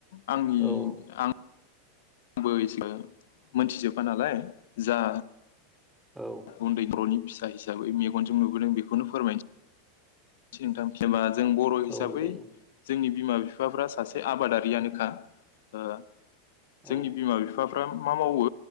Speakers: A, on the left (about 65°); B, in the centre.
A: आंनि
B: औ
A: आं आंबो एसेबां मोनथिजोबा नालाय। जा
B: औ
A: उन्दै <unintelligible> जायखि जाया बै मेगनजों नुबोदों बेखौनो फोरमाय। <unintelligible> जों बर' हिसाबै
B: औ जायो
A: जोंनि बिमा बिफाफ्रा सासे आबादारियानोखा। ओ जोंनि
B: औ
A: बिमा बिफाफ्रा मा मावो?